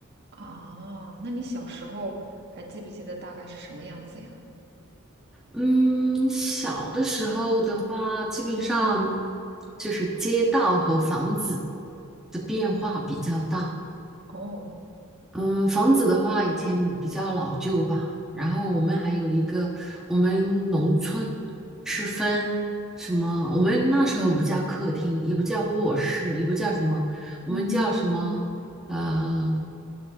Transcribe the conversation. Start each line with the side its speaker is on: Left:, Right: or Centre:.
Right: 哦，那你小时候还记不记得大概是什么样子呀？
Centre: 嗯，小的时候的话，基本上就是街道和房子的变化比较大。
Right: 哦，
Centre: 嗯，房子的话，以前比较老旧吧。然后我们还有一个，我们农村是分什么？我们那时候不叫客厅，也不叫卧室，也不叫什么，我们叫什么？
Right: 嗯，
Centre: 呃，